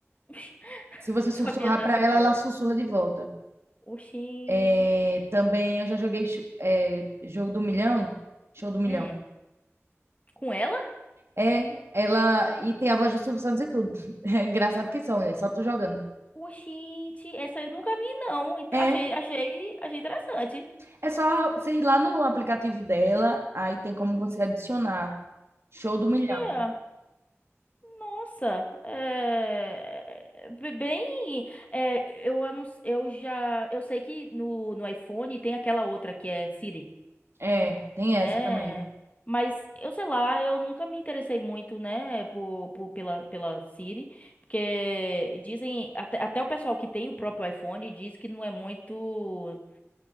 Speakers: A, on the left (about 30°); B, on the right (about 60°).
A: <laughs>
B: Se você
A: Não
B: sussurrar
A: sabia dessa,
B: pra ela,
A: não.
B: ela sussurra de volta.
A: Oxente.
B: É, também eu já joguei chu- é, jogo do milhão, show do milhão.
A: Hum, com ela?
B: É, ela. E tem a voz do Silvio Santos e tudo. <laughs> É engraçado que são, né? Só tu jogando.
A: Oxente, essa eu nunca vi, não. Então,
B: É,
A: Achei, achei, achei interessante.
B: é só você ir lá no aplicativo dela, aí tem como você adicionar. Show do milhão.
A: É. Nossa, é, b- bem, é, eu, anun- eu já, eu sei que no, no iPhone tem aquela outra que é Siri,
B: É, tem
A: né?
B: essa também.
A: Mas eu sei lá, eu nunca me interessei muito, né, por, por- pela, pela Siri, porque dizem, até, até o pessoal que tem o próprio iPhone diz que não é muito